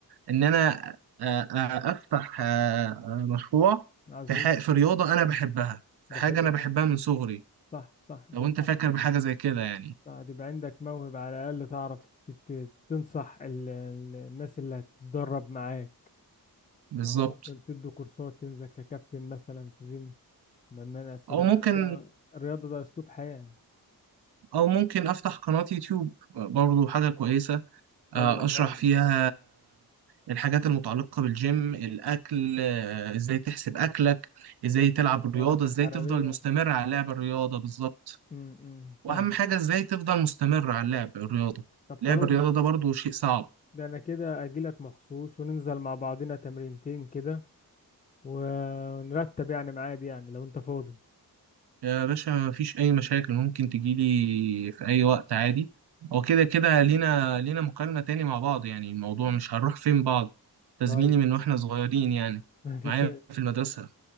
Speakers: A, on the right; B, on the left.
A: ان انا آه، آه، افتح آه، آه، مشروع
B: عظيم
A: في ح- في رياضه انا بحبها في
B: ده
A: حاجه
B: حلو
A: انا بحبها
B: خالص
A: من صغري
B: صح صح ده
A: لو انت
B: صح
A: فاكر بحاجه زي كده يعني
B: صح يبقى عندك موهبة على الأقل تعرف ت- ت- تنصح ال- ال- الناس اللي هتتدرب معاك
A: بالظبط
B: أو ممكن تدوا كورسات تنزل ككابتن مثلا في جيم بنان أصل
A: او
B: الرياضة
A: ممكن
B: الرياضة ده أسلوب حياة
A: او ممكن افتح قناة يوتيوب برضو حاجة كويسة
B: حلوة
A: آه،
B: خالص
A: اشرح فيها الحاجات المتعلقة بالجيم الاكل آه، ازاي تحسب اكلك ازاي تلعب الرياضة
B: السعرات الحرارية
A: ازاي تفضل مستمر على لعب الرياضة بالظبط
B: امم
A: واهم
B: فاهم
A: حاجة ازاي تفضل مستمر على لعب الرياضة
B: طب
A: لعب
B: خلاص
A: الرياضة ده برضو شيء صعب
B: ده أنا كده أجيلك مخصوص وننزل مع بعضنا تمرينتين كده ونرتب يعني ميعاد يعني لو أنت فاضي
A: يا باشا مفيش أي مشاكل ممكن تجيلي في أي وقت عادي هو كده كده لينا لينا مكالمة تاني مع بعض يعني الموضوع مش هنروح فين بعض تزميلي
B: طيب
A: من واحنا صغيرين يعني
B: <laughs> مفيش
A: معايا في المدرسة